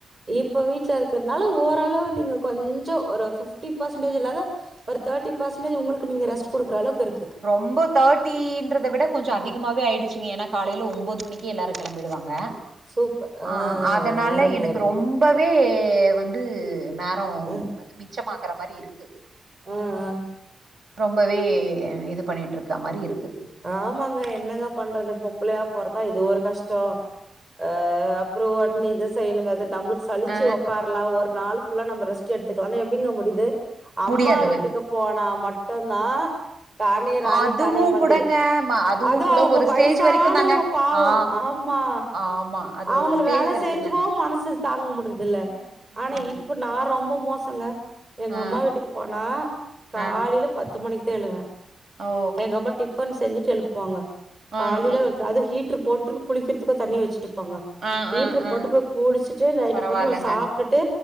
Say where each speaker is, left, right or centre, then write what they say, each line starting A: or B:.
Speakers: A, on the right; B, on the right.
A: இப்ப வீட்ல இருக்கறதனால ஓரளவு நீங்க கொஞ்ச ஒரு ஃபிஃப்டி பெர்சன்டேஜ் இல்லாத ஒரு தேர்டி பர்சன்டேஜ் உங்குளுக்கு நீங்க ரெஸ்ட்குடுக்ற அளவுக்கு இரு
B: ரொம்ப தேர்ட் டீ ன்றத விட கொஞ்சம் அதிகமாவே ஆயிடுச்சுங்க ஏன்னா காலையில ஒன்பது மணிக்கே எல்லாரும் கெளம்பிடுவாங்க
A: சூப்பர் ஆ
B: ஆஹ்
A: ஆ
B: அதனால
A: ஆ அருமை
B: எனக்கு
A: அருமை
B: ரொம்பவே வந்து நேரம்
A: ம்
B: வந்து மிச்சமாகுற மாரி இருக்கு
A: ம் ம்
B: ரொம்பவே இது பண்ணிட்டு இருக்க மாரி இருக்கு
A: ஆமாங்க என்னங்க பண்றது பொம்பளையா பொறந்தா இது ஒரு கஷ்டம் அ அப்றோம் ஒடனே இதை செய்யணும் அது நம்மளுக்கு சலிச்சு
B: ஆ
A: உக்காரலாம் ஒரு நாளும் புல்லா நம்ப ரெஸ்ட் எடுத்துக்கலாம்னா எப்டிங்க முடிது அம்மா
B: முடியாதுங்க.
A: வீட்டுக்கு போனா மட்டும் தான் தானே ராணி
B: அதுவும்
A: தானே மந்திரி
B: கூடங்க ம அதுவும்
A: அதோ
B: கூட
A: அவுங்க
B: ஒரு
A: வயிசானவங்க
B: ஸ்டேஜ் வரைக்கும் தாங்க.
A: பாவம்
B: ஆ.
A: ஆமா
B: ஆமா. அது
A: அவுங்கல
B: ஒரு ஸ்டேஜ்
A: வேலை
B: வரைக்கும்
A: செய்றதுகோ
B: தாங்க.
A: மனசு தாங்க முடியர்து இல்ல
B: ம் ம்
A: ஆனா
B: ம்
A: இப்ப நான் ரொம்ப மோசங்க எங்க
B: ஆ
A: அம்மா வீட்டுக்கு போனா காலையில
B: ஆ
A: பத்து மணிக்கு தா எழுவ
B: ஓ
A: எங்க அம்மா டிப்பன் செஞ்சுட்டு எழுப் புவாங்க
B: ஆ
A: காலையில
B: ஆ
A: அதாவது ஹீட்ரு போட்டு குளிக்கிறதுக்கும் தண்ணி வச்சுட்டுப்பாங்க
B: ஆ
A: ஹீட்ரு
B: ஆ ஆ
A: போட்டு போய் குளிச்சுட்டு நைட்டி
B: பரவால்லங்க
A: போட்டு சாப்பிட்டுட்டு